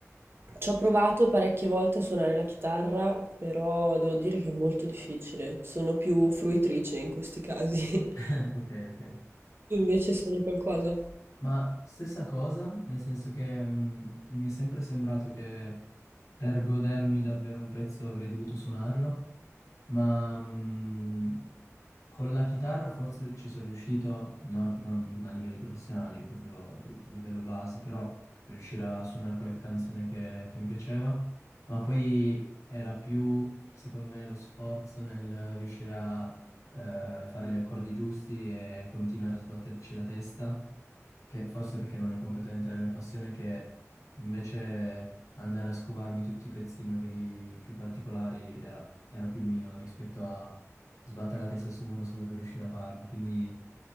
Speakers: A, on the right; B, on the left.
A: Ci ho provato parecchie volte a suonare la chitarra, però devo dire che è molto difficile. Sono più fruitrice in questi casi. <laughs>
B: <laughs> Ok, ok.
A: Tu invece suoni qualcosa?
B: Ma stessa cosa, nel senso che mm, mi è sempre sembrato che per godermi davvero un pezzo avrei dovuto suonarlo, ma mm, Con la chitarra forse ci sono riuscito, non, non a livelli professionali, proprio a li- livello base, però riuscire a suonare qualche canzone che, che mi piaceva, ma poi era più, secondo me, lo sforzo nel riuscire a eh, fare gli accordi giusti e continuare a sbatterci la testa che forse perché non è completamente la mia passione, che invece andare a scovarmi tutti i pezzi magari più particolari era, era più mio rispetto a sbattere la testa su uno solo per riuscire a farlo. Quindi